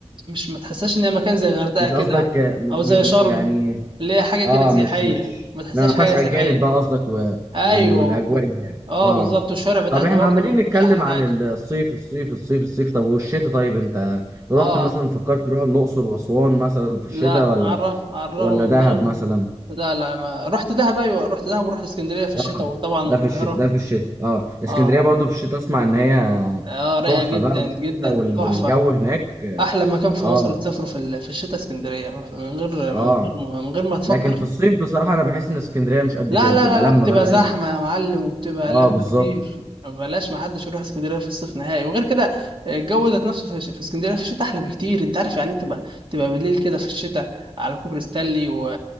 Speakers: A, on the right; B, on the right.
A: مش ما تحسهاش ان هي مكان زي الغردقه
B: مش
A: كده
B: قصدك م
A: او زي شرم
B: م يعني
A: اللي هي حاجه كده
B: اه
A: سياحيه
B: مش مش
A: ما تحسهاش
B: ما ما فيهاش
A: حاجه سياحيه
B: اجانب بقى قصدك و...
A: ايوه
B: وال... والاجواء دي يعني
A: اه
B: اه
A: بالظبط الشوارع بتاعتها
B: طب احنا
A: برضه
B: عمالين نتكلم
A: مش احلى حاجه
B: عن الصيف الصيف الصيف الصيف طب والشتاء طيب انت رحت
A: اه
B: مثلا فكرت تروح الاقصر واسوان مثلا في الشتاء
A: لا
B: ولا
A: على الرغم على الرغم
B: ولا دهب
A: من ان انا
B: مثلا
A: لا لا ما رحت دهب ايوه رحت دهب ورحت اسكندريه في الشتاء
B: اه
A: وطبعا
B: ده
A: القاهره
B: في الش... ده في الشتاء اه اسكندريه
A: اه
B: برضو في الشتاء اسمع ان هي
A: اه رايقه
B: تحفه
A: جدا
B: بقى والشتاء
A: جدا
B: وال...
A: تحفه
B: والجو هناك
A: احلى مكان في
B: اه
A: مصر تسافره في ال- في الشتاء اسكندريه ما- من غير من
B: اه
A: غير من غير ما تفكر
B: لكن في الصيف بصراحه انا بحس ان اسكندريه مش قد
A: لا
B: كده
A: لا
B: بتبقى
A: لا
B: لما
A: لا بتبقى
B: بقى
A: زحمة
B: قوي
A: يا معلم وبتبقى
B: اه
A: لم
B: بالظبط
A: كتير بلاش ما حدش يروح اسكندرية في الصيف نهائي وغير كده الجو ذات نفسه في, في اسكندرية في الشتاء أحلى بكتير أنت عارف يعني إيه تبقى تبقى بالليل كده في الشتاء على كوبري ستانلي و...